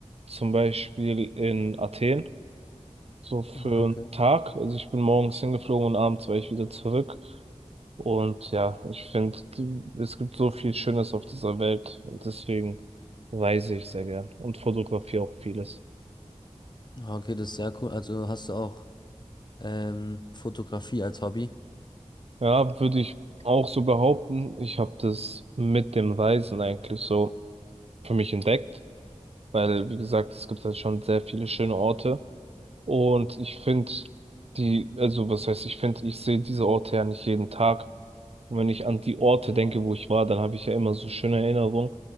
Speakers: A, on the right; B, on the left.
A: zum Beispiel in Athen. So für
B: Ah, Okay.
A: einen Tag. Also ich bin morgens hingeflogen und abends war ich wieder zurück. Und ja, ich finde, es gibt so viel Schönes auf dieser Welt. Und deswegen reise ich sehr gern und fotografiere auch vieles.
B: Ah, Okay, das ist sehr cool. Also hast du auch ähm, Fotografie als Hobby?
A: Ja, würde ich auch so behaupten. Ich habe das mit dem Reisen eigentlich so für mich entdeckt. Weil, wie gesagt, es gibt halt schon sehr viele schöne Orte. Und ich finde die, also was heißt, ich finde, ich sehe diese Orte ja nicht jeden Tag. Und wenn ich an die Orte denke, wo ich war, dann habe ich ja immer so schöne Erinnerungen